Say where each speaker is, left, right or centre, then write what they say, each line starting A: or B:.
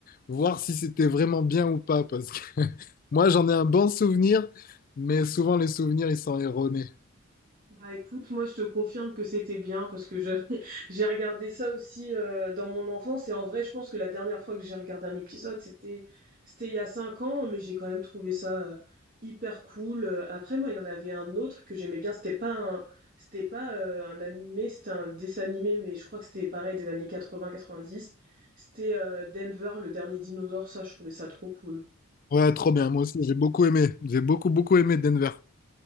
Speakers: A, on the left; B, on the right.
A: voir si c'était vraiment bien ou pas. Parce que <laughs> moi, j'en ai un bon souvenir, mais souvent les souvenirs, ils sont erronés.
B: Bah, écoute, moi je te confirme que c'était bien parce que je <laughs> j'ai regardé ça aussi euh, dans mon enfance et en vrai je pense que la dernière fois que j'ai regardé un épisode c'était c'était il y a cinq ans mais j'ai quand même trouvé ça euh, hyper cool. Euh, Après moi il y en avait un autre que j'aimais bien, c'était pas un c'était pas euh, un animé, c'était un dessin animé mais je crois que c'était pareil des années 80-90. C'était euh, Denver, le dernier dinosaure, ça je trouvais ça trop cool.
A: Ouais, trop bien. Moi aussi, j'ai beaucoup aimé. J'ai beaucoup, beaucoup aimé Denver.